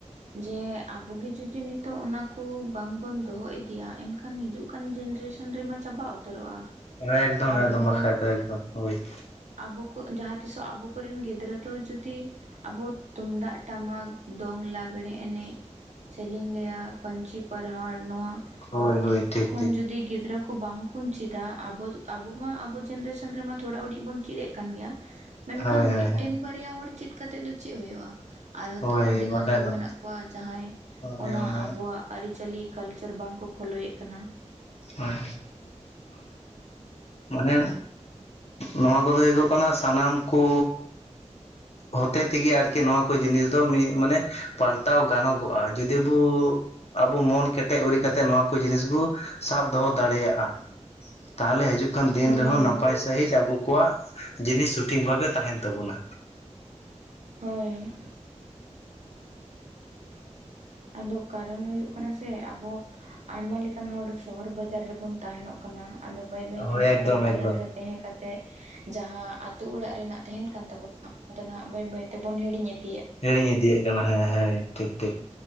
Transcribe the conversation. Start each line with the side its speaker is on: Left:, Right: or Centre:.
Right: ᱡᱮ ᱟᱵᱚ ᱜᱮ ᱡᱩᱫᱤ ᱱᱤᱛᱚᱜ ᱚᱱᱟ ᱠᱩ ᱵᱟᱝᱵᱚᱱ ᱫᱚᱦᱚ ᱤᱫᱤᱭᱟ ᱮᱱᱠᱷᱟᱱᱼᱼ ᱠᱷᱟᱱ ᱦᱤᱡᱩᱜ ᱠᱟᱱ ᱡᱮᱱᱟᱨᱮᱥᱚᱱ ᱨᱮᱢᱟ ᱪᱟᱵᱟ ᱩᱛᱟᱹᱨᱚᱜᱼᱟ᱾
Left: ᱮᱠᱫᱚᱢ
Right: ᱟᱵᱚ
Left: ᱮᱠᱫᱚᱢ ᱵᱟᱠᱷᱨᱟ ᱫᱚ ᱮᱠᱫᱚᱢ ᱦᱳᱭ᱾
Right: ᱟᱵᱚ ᱠᱚ ᱡᱟᱦᱟᱸ ᱛᱤᱥᱚᱜ ᱟᱵᱚ ᱠᱚᱨᱮᱱ ᱜᱤᱫᱽᱨᱟᱹ ᱫᱚ ᱡᱩᱫᱤᱼᱼ ᱟᱵᱚ ᱛᱩᱢᱫᱟᱜ ᱴᱟᱢᱟᱠ ᱫᱚᱝ ᱞᱟᱜᱽᱲᱮ ᱮᱱᱮᱡ᱾ ᱥᱮᱞᱤᱧ ᱞᱟᱹᱭᱟ ᱯᱟᱹᱧᱪᱤ ᱯᱟᱨᱦᱟᱲ ᱱᱚᱣᱟ
Left: ᱦᱳᱭ
Right: ᱠᱩ
Left: ᱦᱳᱭ
Right: ᱱᱤᱛ
Left: ᱴᱷᱤᱠ
Right: ᱠᱷᱚᱱ
Left: ᱴᱷᱤᱠ
Right: ᱡᱩᱫᱤ ᱜᱤᱫᱽᱨᱟᱹ ᱠᱚ ᱵᱟᱝ ᱠᱚᱼᱼ ᱵᱚᱱ ᱪᱤᱫᱟ, ᱟᱵᱚ ᱟᱵᱚ ᱢᱟ ᱟᱵᱚ ᱡᱮᱱᱟᱨᱮᱥᱚᱱ ᱨᱮᱢᱟ ᱛᱷᱚᱲᱟ ᱩᱰᱤᱡ ᱵᱚᱱ ᱪᱮᱫ ᱮᱱ ᱠᱟᱱ ᱜᱮᱭᱟ᱾ ᱢᱮᱱᱠᱷᱟᱱ
Left: ᱦᱳᱭ ᱦᱳᱭ
Right: ᱢᱤᱫᱴᱮᱱ ᱵᱟᱨᱭᱟ ᱦᱚᱲ ᱪᱮᱫ ᱠᱟᱛᱮᱫ ᱫᱚ ᱪᱮᱫ ᱦᱩᱭᱩᱜᱼᱟ᱾ ᱟᱨᱦᱚᱛᱚ
Left: ᱦᱳᱭ
Right: ᱟᱹᱰᱤ
Left: ᱵᱟᱠᱷᱟᱡ
Right: ᱜᱟᱱ ᱦᱚᱲ
Left: ᱫᱚ
Right: ᱢᱮᱱᱟᱜ ᱠᱚᱣᱟ ᱡᱟᱦᱟᱸᱭ
Left: ᱦᱳᱭ
Right: ᱚᱱᱟ
Left: ᱢᱟᱱᱮ
Right: ᱟᱵᱚᱣᱟᱜ ᱟᱹᱨᱤᱪᱟᱹᱞᱤ ᱠᱟᱞᱪᱟᱨ ᱵᱟᱝ ᱠᱚ ᱯᱷᱳᱞᱳᱭᱮᱜ ᱠᱟᱱᱟ
Left: ᱦᱳᱭ ᱱᱮ ᱱᱚᱣᱟ ᱠᱚᱫᱚ ᱦᱩᱭᱩᱜ ᱠᱟᱱᱟ ᱥᱟᱱᱟᱢ ᱠᱩ ᱦᱚᱛᱮᱛᱮᱜᱮ ᱟᱨᱠᱤ ᱱᱚᱣᱟ ᱠᱚ ᱡᱤᱱᱤᱥ ᱫᱚ ᱢᱤᱫ ᱢᱟᱱᱮ ᱯᱟᱞᱴᱟᱣ ᱜᱟᱱᱚᱜᱚᱜᱼᱟ, ᱡᱩᱫᱤ ᱵᱚ ᱟᱵᱚ ᱢᱚᱱ ᱠᱮᱴᱮᱡ ᱩᱨᱤᱡ ᱠᱟᱛᱮᱫ ᱱᱚᱣᱟ ᱠᱚ ᱡᱤᱱᱤᱥ ᱵᱩ ᱥᱟᱵ ᱫᱚᱦᱚ ᱫᱟᱲᱮᱭᱟᱜᱼᱟ ᱛᱟᱦᱚᱞᱮ ᱦᱤᱡᱩᱜ ᱠᱟᱱ ᱫᱤᱱ
Right: ᱦᱳᱭ
Left: ᱨᱮᱦᱚᱸ ᱱᱟᱯᱟᱭ ᱥᱟᱺᱦᱤᱡ ᱟᱵᱚ ᱠᱚᱣᱟᱜ ᱡᱤᱱᱤᱥ ᱥᱚᱴᱷᱤᱠ ᱵᱷᱟᱵᱮ ᱛᱟᱦᱮᱱ ᱛᱟᱹᱵᱩᱱᱟ
Right: ᱦᱳᱭ ᱟᱫᱚ ᱠᱟᱨᱚᱱ ᱦᱩᱭᱩᱜ ᱠᱟᱱᱟ ᱥᱮ ᱟᱵᱚ ᱟᱭᱢᱟ ᱞᱮᱠᱟᱱ ᱦᱚᱲ ᱥᱚᱦᱚᱨ ᱵᱟᱡᱟᱨ ᱨᱮᱵᱚᱱ ᱛᱟᱦᱮᱱᱚᱜ ᱠᱟᱱᱟ, ᱟᱫᱚ ᱵᱟᱹᱭ ᱵᱟᱹᱭᱛᱮ
Left: ᱦᱳᱭ
Right: ᱥᱚᱦᱚᱨ
Left: ᱮᱠᱫᱚᱢ ᱮᱠᱫᱚᱢ
Right: ᱵᱟᱡᱟᱨ ᱨᱮ ᱛᱟᱦᱮᱸ ᱠᱟᱛᱮ ᱡᱟᱦᱟᱸ ᱟᱛᱳ ᱚᱲᱟᱜ ᱨᱮᱱᱟᱜ ᱛᱟᱦᱮᱱ ᱠᱟᱱ ᱛᱟᱵᱚᱱᱟ ᱟᱫᱚ ᱱᱟᱦᱟᱜ ᱵᱟᱹᱭ ᱵᱟᱹᱭ ᱛᱮᱵᱚᱱ ᱦᱤᱲᱤᱧ ᱮᱫ
Left: ᱦᱤᱲᱤᱧ ᱤᱫᱤᱭᱮᱫ ᱠᱟᱱᱟ ᱦᱮᱸ ᱦᱮᱸ ᱴᱷᱤᱠ ᱴᱷᱤᱠ